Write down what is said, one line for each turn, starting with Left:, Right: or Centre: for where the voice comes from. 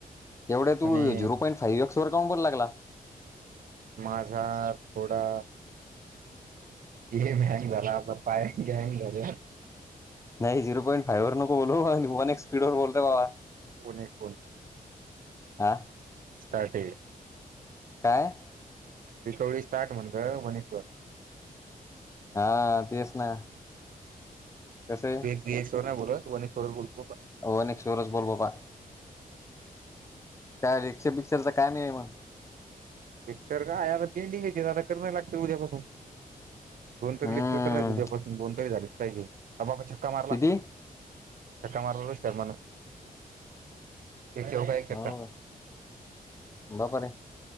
Left: एवढे
Right: म्हणे
Left: तू झिरो पॉईंट फाईव्ह एक्स वर काउंट बोल लागला
Right: माझा थोडा गेम हँग झाला पायस घ्यान घल
Left: नाही झिरोॉंट फाववर न बोलू एक स्पीड वर बोलते बाबा
Right: ओनेक्स
Left: हा
Right: स्टार्ट
Left: काय
Right: रिकवर्ही स्टार्ट म्हण मनेश्वर
Left: हा तेच ना कस आहे
Right: मश्वर नाही बोलतशवर बोलतोण
Left: हो नक्टरज बोल बबा काय रिक्श पिक्चर तर काय मिळेल मग
Right: पिक्चर काय आता पेंटिंग घ्यायचे आता करण लागत उद्यापासून दोन त
Left: हम्म
Right: ल उद्यापासून गोण तरी झालीच पाहिजे बाबा क्का मारला
Left: किती
Right: सट मारवर शमा तेव काा एक चक्का
Left: हो बापर रे